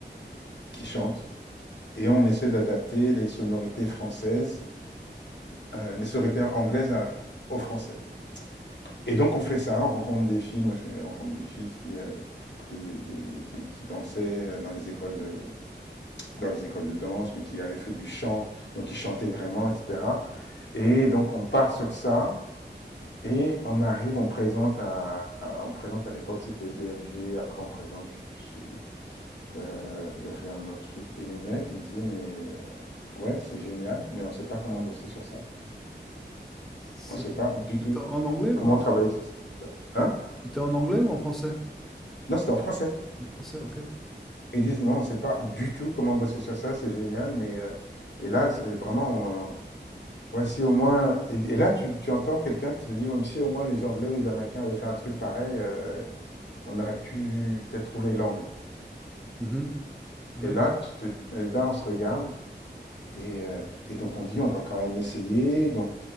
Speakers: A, on the left (about 75°); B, in the centre.
A: qui chantent. Et on essaie d'adapter les sonorités françaises, euh, les sonorités anglaises à aux français. Et donc on fait ça, on rencontre des filles, moi je rencontre des filles qui... euh, des- des- qui, qui dansaient dans les écoles de, dans les écoles de danse, mais qui avait fait du chant, donc qui chantait vraiment, etc. Et donc on part sur ça et on arrive, on présente à, on présente à l'époque c'était BMG, après on présente, je sais plus, si, euh, il y avait un autre truc. Et les mecs ils disaient mais euh, ouais c'est génial, mais on sait pas comment bosser sur ça.
B: C'est-
A: On sait pas du tout
B: C'était en anglais ou
A: comment
B: en,
A: travailler sur ça. Hein?
B: c'était en anglais ou en français?
A: Non c'était en français.
B: Le français, ok.
A: Ils disent non on sait pas du tout comment bosser sur ça, c'est génial, mais euh, et là c'est vraiment Ouais, si au moins. Et, et là, tu, tu entends quelqu'un qui te dit, ouais, mais si au moins les Anglais ou les Américains avaient fait un truc pareil, euh, euh, on aurait pu peut-être trouver l'angle.
B: Mhm. Ouais.
A: Et là, tu te, et là, on se regarde et, euh, et donc on dit, on va quand même essayer. Donc,